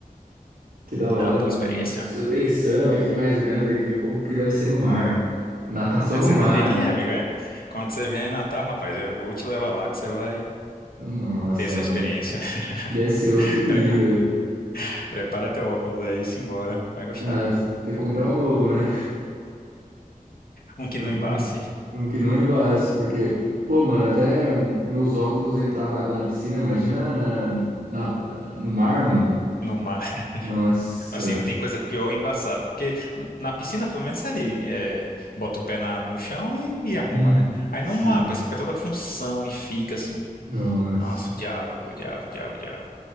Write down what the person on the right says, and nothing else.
Que da hora,
mano.
Você Pensando
aqui, imaginando aqui como que deve ser no mar. Natação
no
mar.
Nossa,
mano.
Deve ser outro
nível.
Ah, ter que comprar um novo, né?
Um,
um que não embace, porque, pô, mano, até meus óculos entrava água na piscina, imagina na, na- no mar, mano.
Nossa.
Uhum.
Sim.
Nossa.